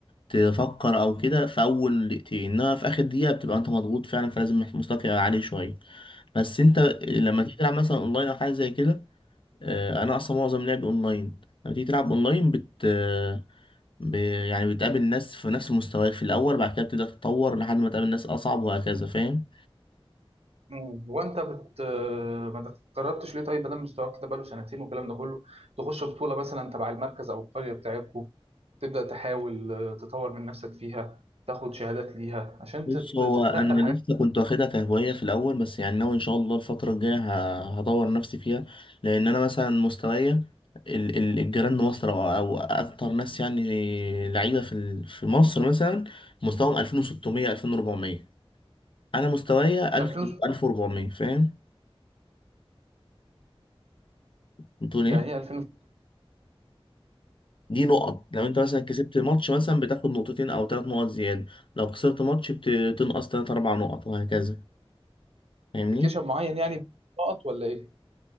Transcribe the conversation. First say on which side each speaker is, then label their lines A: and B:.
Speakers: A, on the left; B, on the right.
A: تفكر او كده في اول دقيقتين انما في اخر دقيقة بتبقى انت مضغوط فعلا فلازم مستواك يبقى عالي شوية بس انت لما تيجي تلعب مثلا اونلاين او حاجة زي كده آه، انا اصلا معظم لعبي اونلاين لما تيجي تلعب اونلاين بت آه، ب... يعني بتقابل ناس في نفس مستواك في الاول بعد كده بتبدا تتطور لحد ما تقابل ناس اصعب وهكذا فاهم
B: مم. وانت بت آه، ما تقربتش ليه طيب مادام مستواك كده بقاله سنتين والكلام ده كله تخش بطولة مثلا تبع المركز او القرية بتاعتكم تبدأ تحاول آه، تطور من نفسك فيها تاخد شهادات ليها عشان
A: بص
B: تت-
A: هو
B: تترقى
A: انا
B: الحاجات
A: لسه كنت واخدها كهوايه في الاول بس يعني ناوي ان شاء الله الفتره الجايه ه- هطور نفسي فيها لان انا مثلا مستوايا ال... ال... الجيران مصر او أو اكتر ناس يعني لعيبه في ال- في مصر مثلا مستواهم 2600 2400 انا مستوايا 1000
B: 2000
A: 1400 فاهم بتقول
B: يعني
A: ايه
B: ايه 2000
A: دي نقط لو انت مثلا كسبت ماتش مثلا بتاخد نقطتين او ثلاث نقط زيادة لو خسرت ماتش بتنقص ثلاث اربع نقط وهكذا فاهمني
B: ابلكيشن معين يعني نقط ولا ايه؟